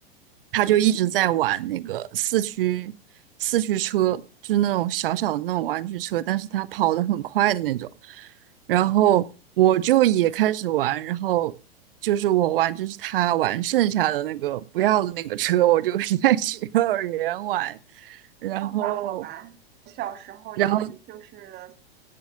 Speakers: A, on the right; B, on the right.
A: 他就一直在玩那个四驱四驱车，就是那种小小的那种玩具车，但是他跑得很快的那种。然后我就也开始玩，然后就是我玩，就是他玩剩下的那个不要的那个车，我就 <laughs> 在幼儿园玩。然后，
B: 画画好玩，我小时候也是，
A: 然后
B: 就是